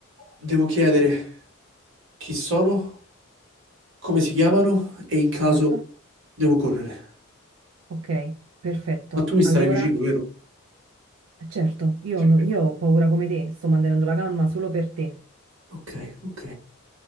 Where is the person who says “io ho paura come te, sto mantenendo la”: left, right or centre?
Right